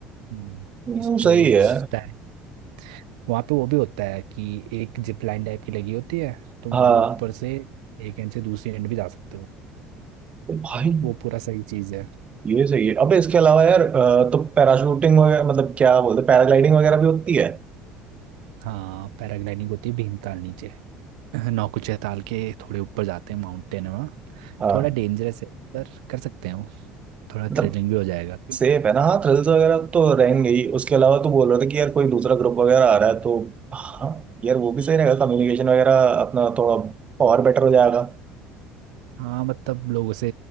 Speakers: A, on the right; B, on the right.
A: हम्म,
B: हम्म,
A: स्पोर्ट्स
B: सही है
A: टाइप वहाँ पे वो भी होता है कि एक जिप लाइन टाइप की लगी होती है तुम
B: हाँ
A: वहाँ ऊपर से एक एंड से दूसरी एंड भी जा सकते हो
B: तो भाई
A: वो पूरा सही चीज़ है
B: ये सही है अबे इसके अलावा यार अ, तो पैराशूटिंग वगैरह मतलब क्या बोलते पैराग्लाइडिंग वगैरह भी होती है
A: हाँ पैराग्लाइडिंग होती है भीमताल नीचे नौकुचिया चैताल के थोड़े ऊपर जाते हैं माउंटेन है वहाँ
B: हाँ
A: थोड़ा डेंजरस है पर कर सकते हैं वो थोड़ा
B: मतलब
A: थ्रिलिंग भी हो जाएगा क्यों
B: सेफ है ना हाँ थ्रिल्स वगैरह तो रहेंगे ही उसके अलावा तो बोल रहा था कि यार कोई दूसरा ग्रुप वगैरह आ रहा है तो हाँ यार वो भी सही रहेगा कम्युनिकेशन वगैरह अपना थोड़ा और बेटर हो जाएगा
A: हाँ मतलब लोगों से